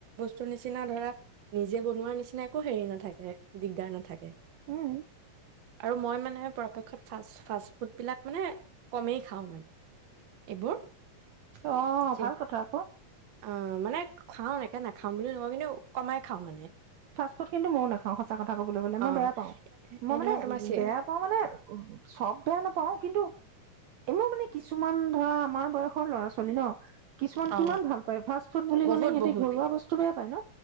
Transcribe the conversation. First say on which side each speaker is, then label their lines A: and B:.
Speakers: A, on the right (about 50°); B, on the right (about 70°).
A: তোৰ নিচিনা ধৰা নিজে বনোৱাৰ নিচিনাই একো হেৰি নাথাকে দিগদাৰ নাথাকে
B: উম
A: আৰু মই মানেহে পক্ষত ফা ফা ফুড বিলাক মানে কমেই খাওঁ মানে এইবোৰ
B: অ
A: যে-
B: ভাল কথা আকৌ
A: অ মানে খাওঁ একে নাখাম বুলি নহয় কিন্তু কমাই খাওঁ মানে
B: ফাষ্ট ফুড কিন্তু মই নাখাওঁ সঁচা কথা কবলৈ গলে মই
A: অ
B: বেয়া পাওঁ মই
A: এই
B: মানে
A: ধৰা তোমাৰ চি
B: বেয়া পাওঁ মানে চব বেয়া নাপাওঁ পাওঁ কিন্তু এনেৰও মানে কিছুমান ধৰা আমাৰ বয়সৰ ল'ৰা ছোৱালী ন কিছুমান
A: অ
B: কিমান ভাল পায় ফাষ্ট ফুড বুলি
A: বহুত
B: ক'লে সিঁহতে
A: বহুত
B: ঘৰুৱা বস্তু বেয়া পায় ন